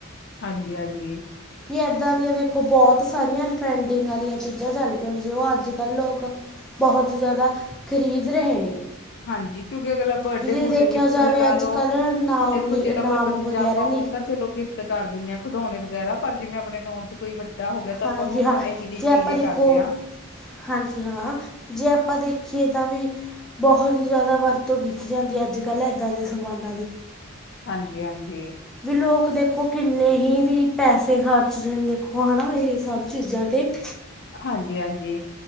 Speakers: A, on the left (about 55°); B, in the centre.
A: ਹਾਂਜੀ-ਹਾਂਜੀ।
B: ਕੀ ਇੱਦਾਂ ਦੀਆਂ ਦੇਖੋ ਬੋਤ ਸਾਰੀਆਂ ਟਰੈਂਡਿੰਗ ਆਲੀਆਂ ਚੀਜ਼ਾਂ ਚੱਲ ਪਈਆਂ ਵੀ ਜੋ ਆੱਜ-ਕੱਲ ਲੋਕ ਬੋਹਤ ਈ ਜੈਦਾ ਖਰੀਦ ਰਹੇ ਨੇ।
A: ਹਾਂਜੀ ਕਿਉਂਕਿ ਅਗਲਾ ਬਰਡੇ
B: ਵੀ ਜੇ
A: ਬੂਡੇ
B: ਦੇਖਿਆ
A: ਗਿਫਟ
B: ਜਾਵੇ
A: ਲਗਾ
B: ਅੱਜ
A: ਲਓ
B: ਕੱਲ੍ਹ ਨਾਮ
A: ਦੇਖੋ
B: ਲਿ
A: ਜੇ ਤਾਂ
B: ਨਾਮ
A: ਕੋਈ ਬੱਚੇ
B: ਵਗੈਰਾ
A: ਅਪਾ
B: ਲਿਖ
A: ਓਨੂੰ ਤਾਂ ਚਲੋ ਗਿਫਟ ਕਰ ਦਿੰਨੇ ਆ ਖਿਡੌਣੇ ਵਗੈਰਾ ਪਰ ਜਿਵੇਂ ਅਪਨੇ ਨੌਨ ਚ ਕੋਈ ਵੱ ਗਾ ਹੋਗਿਆ ਤਾਂ
B: ਹਾਂਜੀ
A: ਆਪਾਂ ਉਹ ਨੂੰ ਆਪਾਂ
B: ਹਾਂ
A: ਇਹੋ ਜਿਹੀ
B: ਜੇ
A: ਚੀਜ਼
B: ਆਪਾਂ
A: ਇਹ
B: ਦੇਖੋ
A: ਕਰਦੇ ਹਾਂ।
B: ਹਾਂਜੀ ਹਾਂ, ਜੇ ਆਪਾਂ ਦੇਖੀਏ ਤਾਂ ਵੀ ਬਹੁਤ ਜ਼ਿਆਦਾ ਵਰਤੋਂ ਕੀਤੀ ਜਾਂਦੀ ਹੈ, ਅੱਜ-ਕੱਲ੍ਹ ਏਦਾਂ ਦੇ ਸਮਾਨਾਂ ਦੀ।
A: ਹਾਂਜੀ-ਹਾਂਜੀ।
B: ਵੀ ਲੋਕ ਦੇਖੋ ਕਿੰਨੇ ਹੀ ਵੀ ਪੈਸੇ ਖਰਚ ਰੇ ਨੇ ਦੇਖੋ, ਹੈਨਾ? ਏ ਸਭ ਚੀਜ਼ਾਂ ਤੇ।
A: ਹਾਂਜੀ-ਹਾਂਜੀ।